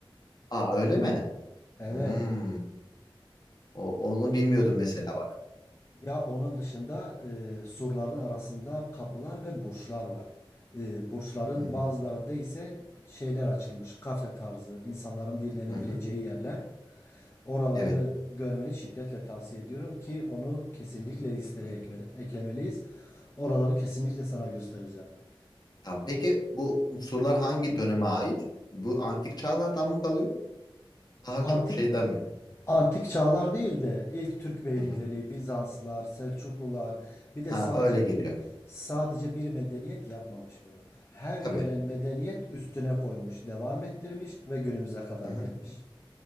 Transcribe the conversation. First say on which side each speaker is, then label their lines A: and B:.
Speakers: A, on the left; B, on the left.
A: Aa öyle mi?
B: Evet.
A: Hmm. O, onu bilmiyordum mesela bak.
B: Ya onun dışında e, surların arasında kapılar ve burçlar var. E, burçların
A: Hı hı,
B: bazılarında ise şeyler açılmış. Kafe tarzı, insanların dinlenebileceği
A: hı hı,
B: yerler. Oraları
A: evet.
B: görmeni şiddetle tavsiye ediyorum ki onu kesinlikle listeye
A: Hı hı.
B: ekmeli- eklemeliyiz. Oraları kesinlikle sana göstereceğim.
A: Tamam. Peki bu sorular hangi döneme ait? Bu antik çağlardan mı kalıyor? Daha
B: Antik
A: çok şeyden mi?
B: antik çağlar değil de ilk Türk beylikleri,
A: Hı hı.
B: Bizanslar, Selçuklular bir de
A: Ha
B: sadece
A: öyle geliyor.
B: sadece bir medeniyet yapmamış bunu. Her
A: Tabii.
B: gelen medeniyet üstüne koymuş, devam ettirmiş ve günümüze kadar
A: Hı hı.
B: gelmiş.